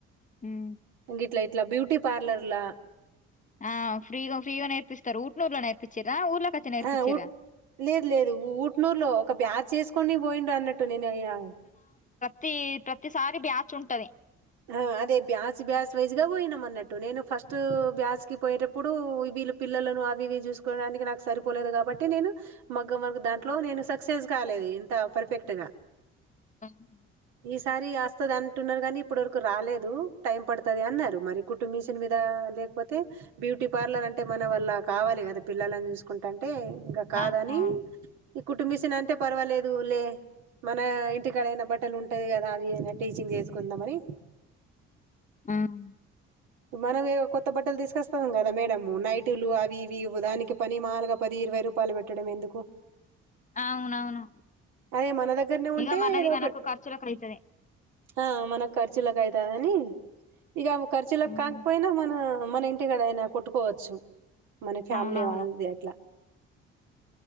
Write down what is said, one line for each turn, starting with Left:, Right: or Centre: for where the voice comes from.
Left: హ్మ్మ్
Right: ఇట్ల ఇట్ల బ్యూటీ పార్లర్లా
Left: ఆ ఫ్రీగ ఫ్రీగ నేర్పిస్తరు ఊట్నూరులో నేర్పిచ్చిరా ఊర్లోకచ్చి నేర్పిచ్చిరా
Right: ఆ ఉట్ లేదు లేదు ఊట్నూరులో ఒక బ్యాచ్ చేసుకొని పోయిండ్రు అన్నట్టు నేను అయ్యా
Left: తీ ప్రతిసారి బ్యాచ్ ఉంటది
Right: హ్ అదే బ్యాచ్ బ్యాచ్ వయసుగా పోయినము అన్నట్టు నేను ఫస్ట్ బ్యాచ్ కి పోయేటప్పుడు ప్పుడు వీళ్ళు పిల్లలను అవి ఇవి చూసుకోవడానికి నాకు సరిపోలేదు కాబట్టి నేను మగ్గం వర్క్ దాంట్లో నేను సక్సెస్ కాలేదు ఇంత పర్ఫెక్ట్ గా
Left: హమ్
Right: సారి ఆస్తది అంటున్నరు గనీ ఇప్పుటి వరకు రాలేదు టైం పడుతది అన్నరు మరి కుట్టుమిషిన్ మీదా లేకపోతే బ్యూటీ పార్లర్ అ అంటే మన వల్ల కావాలి గదా పిల్లలని చూసుకుంటాంటే ఇంక కాదని
Left: అవునవును
Right: ఈ కుట్టు మిషిన్ అంటే పర్వాలేదు లే మన ఇంటికాడయినా బట్టలు ఉంటయి గదా అవి టీచింగ్ చేసుకుందామని
Left: హ్మ్
Right: మనవేవో కొత్త బట్టలు తీసుకొస్తాం గదా మేడము నైటులు అవి ఇవివు దానికి పని మాలగ పది ఇరవై రూపాలు పెట్టడం ఎందుకు
Left: అవునవును
Right: అదే మన దగ్గరనే ఉంటే
Left: ఇగ మనది
Right: ఏదో ఒక
Left: మనకు ఖర్చులో కైతద
Right: ఆ మన ఖర్చులకు అయితదని ఇక ఖర్చులకు
Left: ఉమ్
Right: కాకపోయినా మన మన ఇంటికాడ అయినా కొట్టుకోవచ్చు మన ఫ్యామలీ
Left: అవునవును
Right: వల్దీ అట్లా